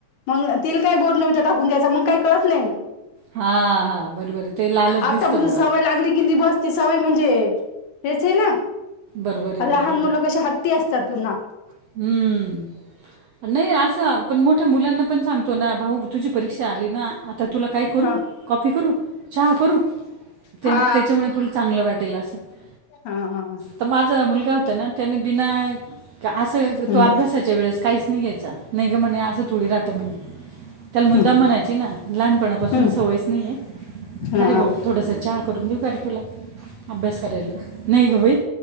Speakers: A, on the left; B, on the right.
A: मग तिला काही बोनविटा टाकून द्यायं मग काही कळत नाही ना
B: हा हा बर बर ते लालच
A: आतापासून
B: दिसत बस
A: सवय लागली कि बसती सवय म्हणजे हेच आहे ना
B: बरोबर आहे
A: लहान
B: बरोबर
A: मुलं
B: आहे
A: कशी हट्टी असतात पुन्हा <unintelligible>
B: हम्म- नाही असं पण मोठ्या मुलांना पण सांगतो ना भाऊ तुझी परीक्षा आली ना <unintelligible> आता तुला काय करू
A: ह
B: कॉफी करू चहा करू <unintelligible>
A: हा
B: त्याच्यामुळे तुला चांगलं वाटेल असं <unintelligible>
A: हा हा
B: तर माझा मुलगा होता ना त्याने बिना <unintelligible> असं
A: हम्म
B: तो अभ्यासाच्या वेळेस काहीच नाही घ्यायचा नाही ग म्हणे असं थोडी राहत म्हणे <unintelligible> त्याला मुद्दा
A: हम्म
B: म्हणायची ना लहानपणापासून
A: हम्म
B: सवयच नाहीये
A: हा
B: अरे भाऊ थोडस चहा <unintelligible> करून देऊ का रे तुला <unintelligible> अभ्यास करायला नाही ग बाई